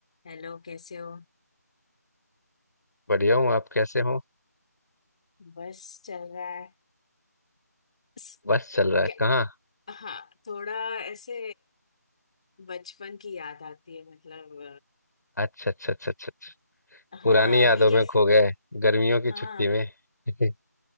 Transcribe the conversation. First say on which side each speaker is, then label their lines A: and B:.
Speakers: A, on the left; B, on the left.
A: Hello कैसे हो
B: बढ़िया हूँ आप कैसे हो
A: बस चल रहा है स-
B: बस चल रहा है
A: क्या-
B: कहाँ
A: हाँ थोड़ा ऐसे बचपन की याद आती है मतलब
B: अच्छा अच्छा अच्छा अच्छा अच्छा
A: अ,
B: पुरानी
A: हाँ
B: यादों
A: अभी कैसे
B: में खो गए गर्मियों की
A: हाँ
B: छुट्टी में <laughs>